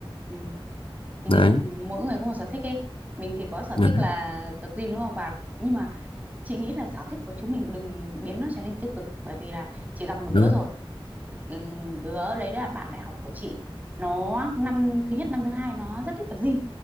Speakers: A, on the right; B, on the left.
A: Ừ. Chị
B: đấy
A: nghĩ là mỗi người có một sở thích ấy mình thì có sở
B: đấy,
A: thích là tập gym đúng không và nhưng mà chị nghĩ là sở thích của chúng mình đừng biến nó trở nên tiêu cực bởi vì là chị gặp một đứa
B: đúng rồi,
A: rồi Ừm, đứa đấy là bạn đại học của chị nó năm thứ nhất năm thứ hai nó rất thích tập gym